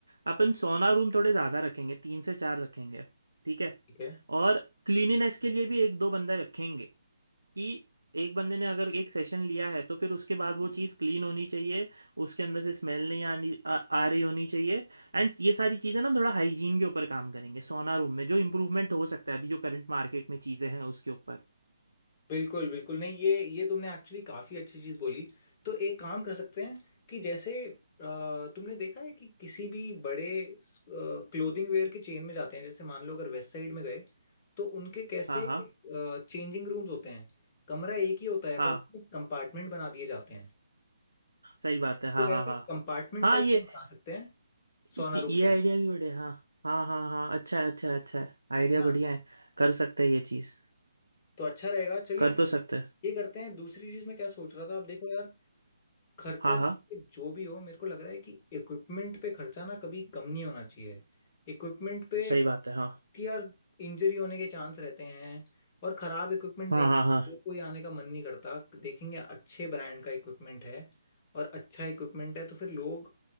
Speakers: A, on the right; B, on the left.
A: अपन सोना रूम थोड़े ज्यादा रखेंगे तीन से चार रखेंगे ठीक है
B: ठीक है
A: और क्लीनिनेस के लिए भी एक दो बंदे रखेंगे कि एक बंदे ने अगर एक सेशन लिया है तो फिर उसके बाद वो चीज़ क्लीन होनी चाहिए उसके अंदर से स्मेल नहीं आनी आ, आ रही होनी चाहिए एंड ये सारी चीज़ें ना थोड़ा हाइजीन के ऊपर काम करेंगे सोना रूम में जो इम्प्रूवमेंट हो सकता है अभी जो करंट मार्केट में चीज़ें हैं उसके ऊपर
B: बिल्कुल बिल्कुल नहीं ये ये तुमने एक्चुअली काफ़ी अच्छी चीज़ बोली तो एक काम कर सकते हैं कि जैसे अ, तुमने देखा है कि किसी भी बड़े क्लोथिंग वेयर के चेन में जाते हैं जैसे मान लो अगर वेस्ट साइड में गए तो उनके कैसे
A: हाँ हाँ
B: चेंजिंग रूम्स होते हैं कमरा एक ही होता है
A: हाँ
B: पर उसमें कंपार्टमेंट बना दिए जाते हैं
A: सही बात है हाँ
B: तो वैसे
A: हाँ हाँ
B: कंपार्टमेंट
A: हाँ
B: टाइप
A: ये
B: हम बना सकते हैं सोना
A: ये,
B: रूम
A: ये
B: के लिए
A: आइडिया भी बढ़िया हाँ हाँ हाँ हाँ अच्छा है अच्छा है अच्छा है आइडिया
B: है ना
A: बढ़िया है कर सकते हैं ये चीज़
B: तो अच्छा रहेगा चलिए
A: कर
B: ठीक
A: तो सकते
B: है
A: हैं
B: ये करते हैं दूसरी चीज़ में क्या सोच रहा था आप देखो यार खर्चा
A: हाँ
B: चाहे
A: हाँ
B: जो भी हो मेरे को लग रहा है कि इक्विपमेंट पे खर्चा ना कभी कम नहीं होना चाहिए इक्विपमेंट पे
A: सही बात है हाँ
B: कि यार इंजरी होने के चांस रहते हैं और खराब इक्विपमेंट
A: हाँ
B: देख
A: हाँ हाँ
B: को- कोई आने का मन नहीं करता देखेंगे अच्छे ब्रांड का इक्विपमेंट है और अच्छा इक्विपमेंट है तो फिर लोग